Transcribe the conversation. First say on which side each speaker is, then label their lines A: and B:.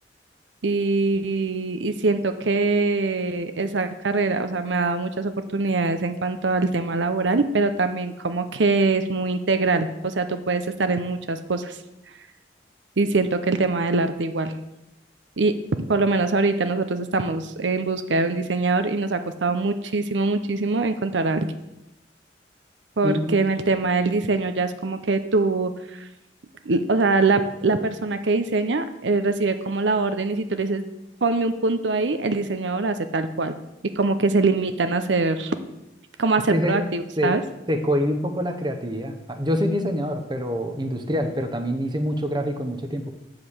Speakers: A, on the right; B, on the right.
A: y, y siento que esa carrera, o sea, me ha dado muchas oportunidades en cuanto al tema laboral, pero también como que es muy integral, o sea, tú puedes estar en muchas cosas y siento que el tema del arte igual. Y
B: Mm.
A: por lo menos ahorita nosotros estamos en búsqueda de un diseñador y nos ha costado muchísimo, muchísimo encontrar a alguien, porque
B: Y, y
A: en el tema del diseño ya es como que tú l- o sea, la, la persona que diseña eh, recibe como la orden y si tú le dices, ponme un punto ahí, el diseñador hace tal cual. Y como que se limitan a ser, como
B: es
A: a ser
B: que
A: proactivos,
B: se, se,
A: ¿sabes?
B: se cohíbe un poco la creatividad. Ah, Yo soy diseñador, pero industrial, pero también hice mucho gráfico en mucho tiempo.